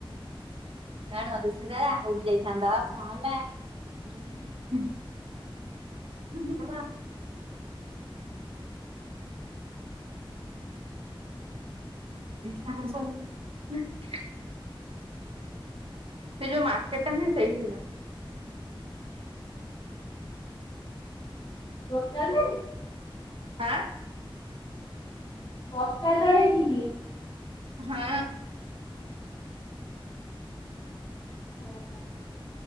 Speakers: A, on the right (about 80°); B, on the left (about 70°).
A: ରାଣ <unintelligible> କହିଯାଇଥାନ୍ତା କଣ ହେଲା ହୁଁ। ହୁଁ ହୁଁ ହୁଁ କଣ ସବୁ <unintelligible> <unintelligible> ସେ ଯୋଉ ମାର୍କେଟ ଟା ନୁହେଁ ସେଇଠି ଥିଲା।
B: ବୋତଲରେ
A: ଆଁ।
B: ବର୍ଷା ଜଳେ କି
A: ହଁ।
B: ହଉ ହଉ।